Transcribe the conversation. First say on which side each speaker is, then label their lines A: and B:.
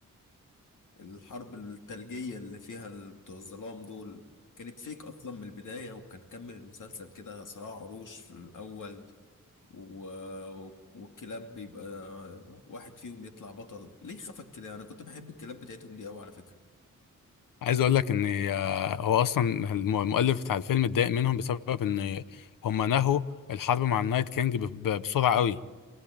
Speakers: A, on the left (about 70°); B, on the left (about 85°).
A: الحرب الثلجية اللي فيها ال- بتوع الظلام دول كانت فيك أصلا من البداية وكان كمل المسلسل كده صراع عروش في الأول و... والكلاب بيبقى واحد فيهم يطلع بطل ليه خفك كده أنا كنت بحب الكلاب بتاعتهم دي أوي على فكرة
B: عايز اقول لك ان آه، هو اصلا الم- المؤلف بتاع الفيلم اتضايق منهم بسبب ان هم نهوا الحرب مع النايت كينج ب- ب- بسرعه قوي